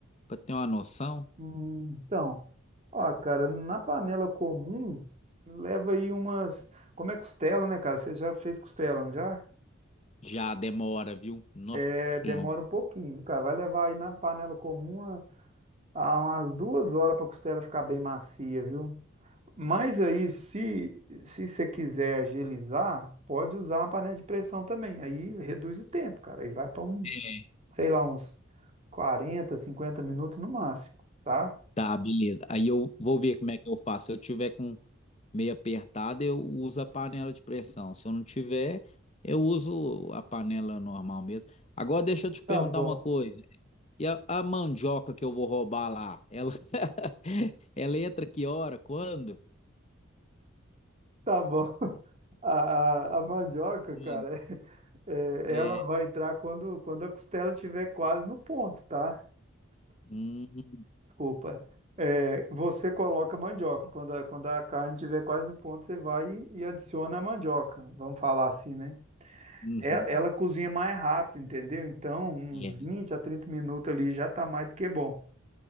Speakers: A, on the left; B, on the right.
A: para ter uma noção.
B: Hum, Então, ó, cara, na panela comum, leva aí umas. Como é costela, né, cara? Você já fez costela, não já?
A: Já demora, viu? Nossa
B: É, demora
A: Senhora.
B: um pouquinho, viu, cara? Vai levar aí na panela comum a- a umas duas horas pra costela ficar bem macia, viu? Mas aí, se se você quiser agilizar, pode usar a panela de pressão também. Aí reduz o tempo, cara. Aí vai para uns,
A: É.
B: sei lá, uns 40 50 minutos no máximo, tá?
A: Tá, beleza. Aí eu vou ver como é que eu faço. Se eu tiver com meio apertado, eu uso a panela de pressão. Se eu não tiver, eu uso a panela normal mesmo. Agora deixa eu te perguntar
B: Tá bom,
A: uma coisa. E a, a mandioca que eu vou roubar lá, ela, <laughs> ela entra que hora? Quando?
B: tá bom. <laughs> A, a, a mandioca,
A: Mano,
B: cara, <laughs> é,
A: É.
B: ela vai entrar quando, quando a costela estiver quase no ponto, tá?
A: Hum,
B: Desculpa. É, você coloca a mandioca. Quando a, quando a carne estiver quase no ponto, você vai e, e adiciona a mandioca. Vamos falar assim, né?
A: uhum,
B: é- ela cozinha mais rápido, entendeu? Então, uns
A: é.
B: 20 a 30 minutos ali já tá mais do que bom.